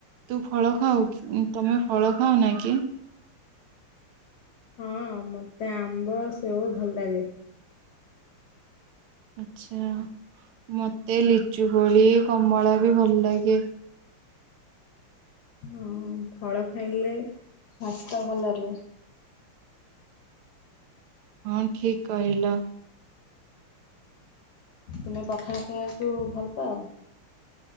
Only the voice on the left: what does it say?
ହଁ ମତେ ଆମ୍ବ ସେଓ ଭଲ ଲାଗେ।
ହଁ ଫଳ ଖାଇଲେ ସ୍ୱାସ୍ଥ୍ୟ ଭଲ ରୁହେ।
ତୁମେ ପଖାଳ ଖାଇବାକୁ ଭଲ ପାଅ?